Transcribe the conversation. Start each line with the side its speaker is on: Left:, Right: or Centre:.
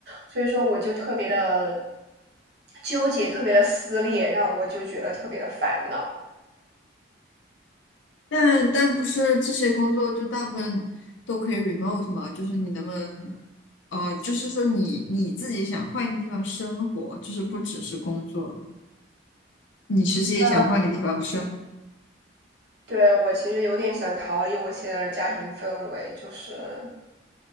Right: 所以说我就特别的纠结，特别的撕裂，让我就觉得特别的烦恼。
Left: 但但不是这些工作就大部分都可以 remote 吗？就是你能不能，呃，就是说你你自己想换个地方生活，就是不只是工作，你其实也想换个地方生。
Right: 嗯，对，我其实有点想逃离我现在的家庭氛围，就是